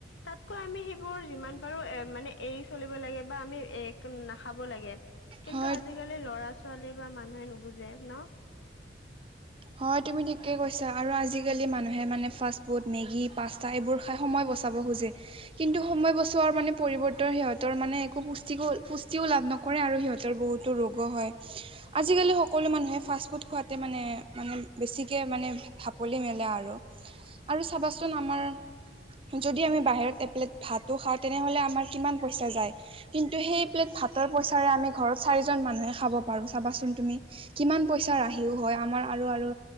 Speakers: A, on the left; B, on the right.
A: তাতকৈ আমি সেইবোৰ বাৰু এ মানে এৰি চলিব লাগে বা আমি নাখাব লাগে কিন্তু
B: হয়
A: আজি আজিকালি ল'ৰা ছোৱালী বা মানুহে নুবুজে ন
B: হয় তুমি ঠিকে কৈছা আৰু আজিকালি মানুহে মানে ফাষ্টফুড মেগী পা তাই এইবোৰ খায় সময় বচাব খোজে। কিন্তু সময় বছোৱাৰ মানে পৰিৱৰ্তন সিহঁতৰ মানে একো পুষ্টিকো পুষ্টিও লাভ নকৰে, আৰু সিহঁতৰ বহুত ৰোগ হয় আজিকালি সকলো মানুহে ফাষ্ট ফুড খুৱাতে মানে মানে বেছিকে মানে ঢাপলি মেলে আৰু, আৰু চাবাচোন আমাৰ যদি আমি বাহিৰত এপেলেট ভাতো খাওঁ, তেনেহলে আমাৰ কিমান পইচা যায়। কিন্তু সেই প্লেট ভাতৰ পইচাৰে আমি ঘৰত চাৰিজন মানুহে খাব পাৰোঁ চাবাচোন তুমি। কিমান পইচাৰ ৰাহিও হয় আমাৰ আৰু আৰু